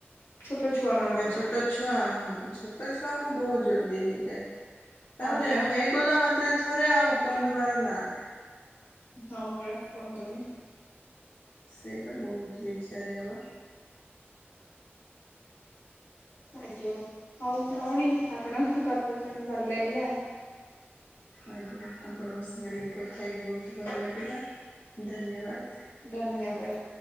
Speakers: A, on the left (about 80°); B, on the left (about 60°).
A: ଛୋଟ ଛୁଆ। ମାନଙ୍କ
B: ଆଜ୍ଞା- ଛୋଟ ଛୁଆ ହଁ ଛୋଟ ଛୁଆଙ୍କୁ ବହୁତ ଜଲ୍ଦି ହେଇଯାଏ ତାମାନେ
A: ହଁ ପରା।
B: ହେଦ୍। କଲା ମାତ୍ରେ ଥରେ ଆଉ କମିବାର ନା ନାଇଁ କୋ।
A: ହଁ ପରା କୁହନ୍ତୁନି।
B: ସେଇଟା ବହୁତ୍ ବିଜାରିଆ ବା।
A: ଆଜ୍ଞା- ହଉ ଭଉଣୀ ଆପଣଙ୍କ କଥା ଶୁଣି ଭଲ ଲାଗିଲା।
B: ଆଜ୍ଞା- ଆପଣଙ୍କ ସାଙ୍ଗରେ ବି କଥା ହେଇକି ବହୁତ୍ ଭଲ ଲାଗିଲା ଧନ୍ୟବାଦ୍।
A: ଧନ୍ୟବାଦ୍।